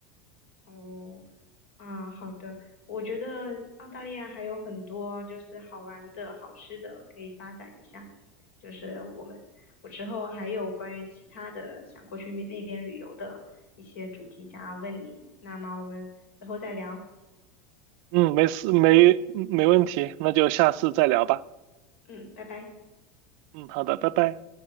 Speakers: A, on the left; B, on the right.
A: 哦，啊，好的，我觉得澳大利亚还有很多就是好玩的、好吃的可以发展一下。就是我们，我之后还有关于其他的想过去那那边旅游的一些主题想要问你，那么我们之后再聊。
B: 嗯，没事，没没问题，那就下次再聊吧。
A: 嗯，拜拜。
B: 嗯，好的，拜拜。